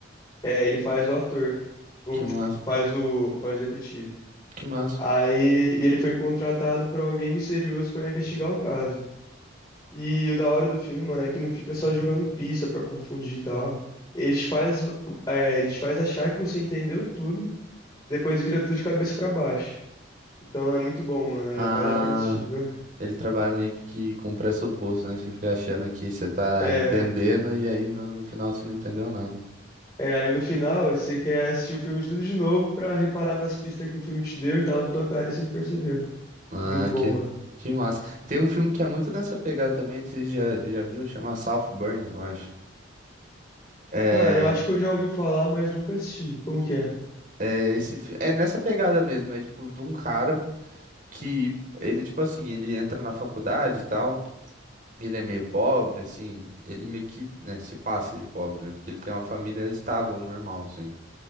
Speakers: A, on the left; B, on the right.
A: É, ele faz o ator. O,
B: Que massa,
A: faz o, faz o detetive.
B: que massa.
A: Aí e ele foi contratado por alguém misterioso pra investigar o caso. E o da hora do filme, mano, é que não fica só jogando pista pra confundir e tal. Eles faz, é, eles faz achar que você entendeu tudo, depois vira tudo de cabeça pra baixo. Então é muito bom, mano. É,
B: Ah,
A: vale a pena assistir, viu?
B: ele trabalha meio que com pressuposto, né? Você fica achando que você tá
A: É,
B: entendendo e aí no, no final você não entendeu nada.
A: é, aí no final você quer assistir o filme de tudo de novo pra reparar nas pistas que o filme te deu e tava na tua cara e você não percebeu.
B: Ah,
A: É muito bom,
B: que,
A: mano.
B: que massa. Tem um filme que é muito nessa pegada também, não sei se já, já viu, chama Southburn, eu acho. é
A: Cara, eu acho que eu já ouvi falar, mas nunca assisti. Como que é?
B: É, esse, fi- é nessa pegada mesmo, é tipo de um cara que ele, tipo assim, ele entra na faculdade e tal, ele é meio pobre, assim, ele meio que, né, se passa de pobre, né? Porque ele tem uma família estável, normal, assim.